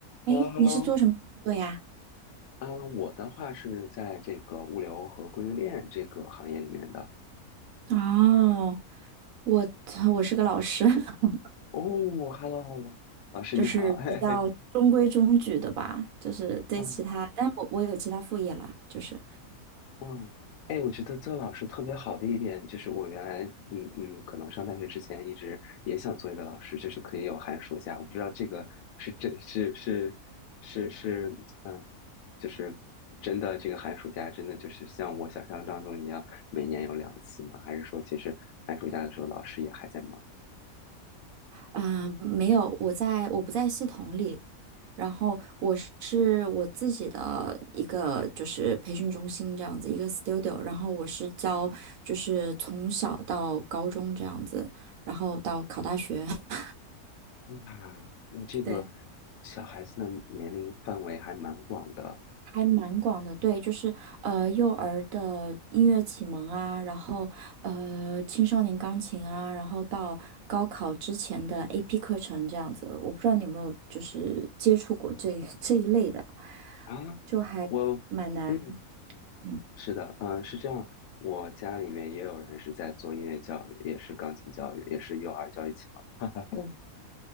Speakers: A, on the right (about 70°); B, on the left (about 70°).
A: 诶，
B: Hello，Hello，
A: 你是做什么工作呀？
B: 啊，我的话是在这个物流和供应链这个行业里面的。
A: 哦，我我是个老师，<laughs>
B: 哦，Hello，Hello，老师你好，
A: 就是比较中规中矩的吧，
B: <laughs> 嘿嘿，
A: 就是对其他，
B: 嗯
A: 但是我我有其他副业啦，就是
B: 嗯，哎，我觉得做老师特别好的一点就是，我原来嗯嗯，可能上大学之前一直也想做一个老师，就是可以有寒暑假。我不知道这个是真是是是是，嗯，就是真的这个寒暑假真的就是像我想象当中一样，每年有两次吗？还是说其实寒暑假的时候老师也还在忙？
A: 啊、呃没有，我在我不在系统里，然后我是我自己的一个就是培训中心这样子一个 studio，然后我是教就是从小到高中这样子，然后到考大学，<laughs>
B: 哇，那这个
A: 对。
B: 小孩子的年龄范围还蛮广的
A: 还蛮广的，对，就是呃幼儿的音乐启蒙啊，然后呃青少年钢琴啊，然后到高考之前的 AP 课程这样子，我不知道你有没有就是接触过这 <laughs> 这一类的，
B: 啊。
A: 就还蛮难，
B: 我，嗯，
A: 嗯，
B: 是的，嗯，是这样。我家里面也有人是在做音乐教育，也是钢琴教育，也是幼儿教育启蒙。<laughs>